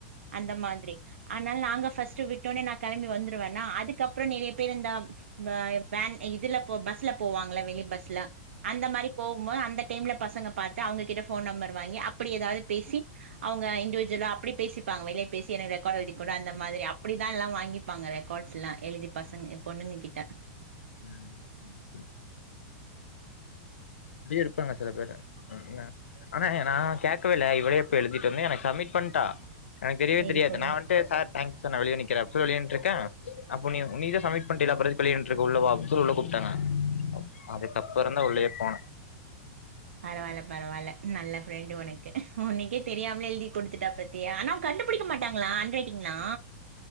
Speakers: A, on the right (about 80°); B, on the left (about 85°).
A: அந்த மாதிரி அன்னால் நாங்க ஃபஸ்ட்டு விட்டோனே நா கெளம்பி வந்துருவேன்னா அதுக்கப்புற நெறிய பேரு இந்த இந்த எ வேன் இதுல போ பஸ்ல போவாங்கள வெளி பஸ்ல அந்த மாரி போகும்போது அந்த டைம்ல பசங்க பாத்து அவுங்ககிட்ட ஃபோன் நம்பரு வாங்கி அப்படி எதாவது பேசி அவுங்க இன்ட்யூவ்ஜ்வலா அப்படி பேசிப்பாங்க வெளிய பேசி எனக்கு ரெக்காட் எழுதி குடே அந்த மாதிரி அப்படிதா எல்லா வாங்கி ப்பாங்க ரெக்காட்ஸெல்லா எழுதி பசங்க அ பொண்ணுங்க கிட்ட
B: ம் புரிது புரித் இப்டியு இருப்பாங்க சில பேரு அ நா ஆனா நா கேக்கவேல இவளே போய் எழுதிட்டு வந்து எனக்கு சப்மிட் பண்ட்டா எனக் தெரிவே
A: சேரி
B: தெரியாது
A: சேரி
B: நா வந் ட்டு சார் தேங்க்ஸ் சார் நா வெளிய நிக்கிறே அப்பி வெளிய நின்ட்ருக்கே அப்ப நீ நீ தா சப்மிட் பன்ட இல்ல அப்பற எதுக் வெளிய நின்ட்ருக்க உள்ள வா அப் சொல் உள்ள கூப்ட்டாங்க அதுக்கப்பறந்தா உள்ளயே போன
A: பரவால்ல பரவால்ல நல்ல ஃப்ரெண்டு உனக்கு உனக்கே தெரியாம்லே எழுதி குடுத்துட்டா பாத்தியா ஆனா கண்டுப்புடிக்க மாட்டாங்களா ஆன் ரைட்டிங்ளா